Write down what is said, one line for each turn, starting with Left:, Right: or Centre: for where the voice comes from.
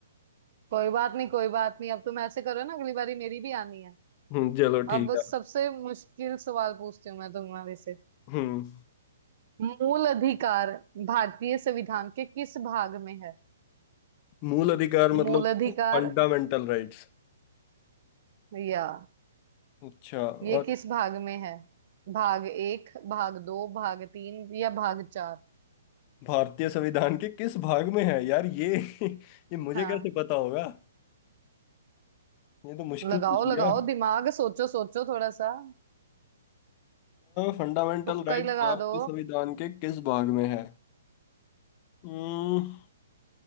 Right: कोई बात नहीं कोई बात नहीं अब तुम ऐसे करो ना अगली बारी मेरी भी आनी है
Left: हम्म चलो ठीक
Right: अब बस
Left: है
Right: सबसे मुश्किल सवाल पूछती हूँ मैं तुम्हारे से
Left: हम्म
Right: मूल अधिकार भारतीय संविधान के किस भाग में है
Left: मूल अधिकार मतलब
Right: मूल अधिकार
Left: फंडामेंटल राइट्स
Right: या
Left: अच्छा और
Right: ये किस भाग में है भाग एक भाग दो भाग तीन या भाग चार
Left: भारतीय संविधान के किस भाग में है यार ये <laughs> ये मुझे
Right: हाँ
Left: कैसे पता होगा ये तो मुश्किल
Right: लगाओ
Left: पूछ लिया
Right: लगाओ दिमाग सोचो सोचो थोड़ा सा
Left: फंडामेंटल
Right: तुक्का
Left: राइट
Right: ही लगा
Left: भारतीय
Right: दो
Left: संविधान के किस भाग में है हम्म,